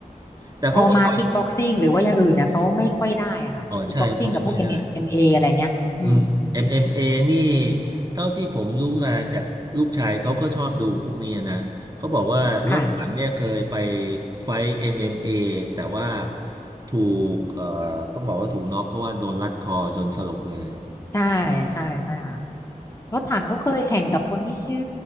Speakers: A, on the right (about 30°); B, on the left (about 20°).
A: แต่เขาก็ตอบ
B: พอมาคิกบ็อกซิ่งหรือว่าอย่างอื่นเนี่ยเขาไม่ค่อยได้อะค่ะคิกบ็อกซิ่งกับพวก
A: อ๋อใช่ก็ไม่ค่อยได้
B: MMA อมเอ็มเออะไรเงี้ยอืม
A: อืม MMA นี่เท่าที่ผมรู้มาจากลูกชายเขาก็ชอบดูพวกนี้นะเขาบอกว่ารถถังเนี่ยเคยไป
B: ค่ะ
A: ไฟท์ MMA แต่ว่าถูกเอ่อต้องบอกว่าถูกน็อกเพราะว่าโดนรัดคอจนสลบเลย
B: ใช่ใช่ใช่ค่ะ รถถังเขาเคยแข่งกับคนที่ชื่อ